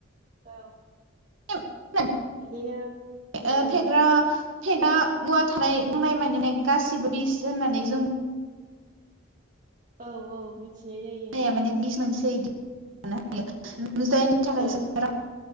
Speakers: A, on the right (about 40°); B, on the right (about 70°).
A: औ।
B: <inaudible>
A: बिदिनो उम
B: ओ
A: उम
B: फेग्रा फेग्रा मुवा थानाय दंनाय माने गासिबो बिस होननानै जों
A: औ - औ मिथिनाय जायो
B: बुंनाया
A: ओं।
B: माने बिस मोनसे <inaudible> जायनि थाखाय
A: ओं
B: जों